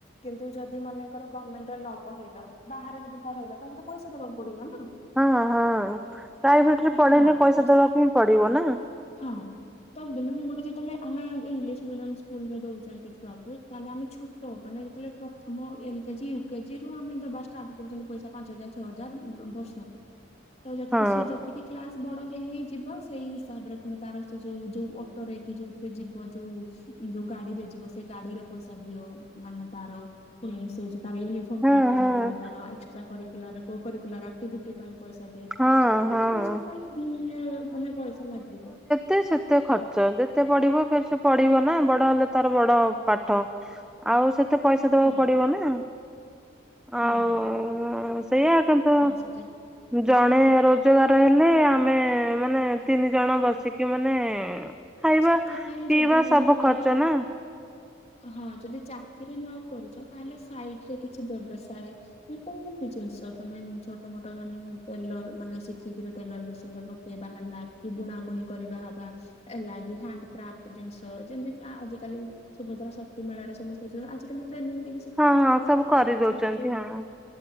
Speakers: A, on the left; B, in the centre.
A: କିନ୍ତୁ ଯଦି ମନେଙ୍କର ଗମେଣ୍ଟରେ ନ ପଢେଇଲ ବାହାରେ ଯଦି ପଢେଇଲ ତମକୁ ତ ପଇସା ଦବାକୁ ପଡିବ ନା।
B: ହଁ ହଁ। ପ୍ରାଇଭେଟରେ ପଢେଇଲେ
A: ହଁ
B: ପଇସା
A: ତ
B: ଦବାକୁ
A: ସେ
B: ହିଁ ପଡିବ ନା।
A: ହଁ। ତ <unintelligible> ଗୋଟେ ଯେତେବେଳେ ଆମେ ଇଂଲିଶ ମିଡିୟମ ସ୍କୁଲରେ ଦଉଛନ୍ତି ଛୁଆକୁ ତାହେଲେ ଆମେ ଛୁ ମାନେ ଯେତେବେଳେ ପ୍ରଥମ L K G, U K G ରୁ ଆମେ ଦବା ଷ୍ଟାର୍ଟ କରୁଛନ୍ତି ପଇସା ପାଞ୍ଚ ହଜାର ଛଅ ହଜାର ବର୍ଷକୁ। ତ ଯେତିକି
B: ହଁ
A: ସେ ଯେତିକି କ୍ଲାସ୍ ବଡ ହେଇ ହେଇ ଯିବ, ସେଇ ହିସାବରେ ପୁଣି ତାର ସେ ଯୋଉ ଯୋଉ ଅଟୋରେ କି ଯୋଉଥିରେ ଯିବ ଯୋଉ ଯୋଉ ଗାଡିରେ ଯିବ ସେ ଗାଡିର ପଇସା ଦିଅ। ମାନେ ତାର <unintelligible> ହଉଚି ତାର ୟୁନିଫର୍ମ
B: ହଁ
A: ପାଇଁ ପଇସା
B: ହଁ
A: ଦିଅ। ତାର ଏକ୍ସଟ୍ରା କରିକୁଲାର କୋ କରିଲୁଲାର ଆ ଆକ୍ଟିଭିଟି ପାଇଁ ପଇସା ଦିଅ।
B: ହଁ
A: ସବୁ
B: ହଁ
A: ଜିନିଷ ପାଇଁ ମାନେ ପଇସା ଲାଗିବ।
B: ତେ ସେତେ ଖର୍ଚ୍ଚ ଯେତେ ପଢି଼ବ ଫେର୍ ସେ ପଢି଼ବ ନା ବଡ଼ ହେଲେ ତ ବଡ଼ ପାଠ ଆଉ ସେତେ ପଇସା ଦବାକୁ
A: ହୁଁ
B: ପଡି଼ବ ନା। ଆଉ
A: ହଁ
B: ସେଇଆ କିନ୍ତୁ,
A: ସଜର
B: ଜଣେ ରୋଜଗାର ହେଲେ ଆମେ ମାନେ ତିନି ଜଣ ବସିକି ମାନେ ଖାଇବା
A: ତ ସେଥିପାଇଁ
B: ପିଇବା
A: ଯଦି ମାନେକର
B: ସବୁ ଖର୍ଚ୍ଚ ନା
A: ହଁ ଯଦି ଚାକିରି ନ କରୁଛ ତାହେଲେ ସାଇଟ୍ ରେ କିଛି ବ୍ୟବସାୟ କୋଉ ବି ଜିନିଷ ତମେ ଛୋଟ ମୋଟ ମାନେ ଟେଲର ମାନେ ଶିଖିକିରି ଟେଲର ମେସିନ ଦେବ। କିଏ ବାହାରିଲା କି ବୁଣା ବୁଣି କରିବା ହବା ହେଲାଗି ହ୍ୟାଣ୍ଡ କ୍ରାଫ୍ଟ ଜିନିଷ ଯେମିତି ଆଜିକାଲି ସୁଭଦ୍ରା ଶକ୍ତି ମେଳାରେ ସମସ୍ତେ ଯ ଆଜିକାଲି ଟ୍ରେନିଂ ଦେଇ ଦେଖୁନ
B: ହଁ
A: ଯୋଉ
B: ହଁ ସବୁ କରିଦଉଛନ୍ତି
A: ଛୋଟ ଛୋଟ ଯୋଉ
B: ହଁ।